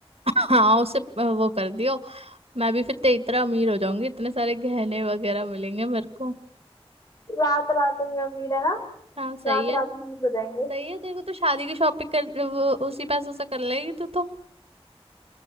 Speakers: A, on the right (about 70°); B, on the left (about 35°).
A: हाँ उसे अ, वो कर दियो मैं भी फिर ते इतना अमीर हो जाऊंगी इतने सारे गहने वगैरह मिलेंगे मेरे को
B: रात रात में मेरा ना
A: हाँ सही
B: रात
A: है
B: रात में नहीं बताएंगे
A: सही है तेरे को तो शादी की शॉपिंग कर वो उसी पैसों से कर लेगी तू तो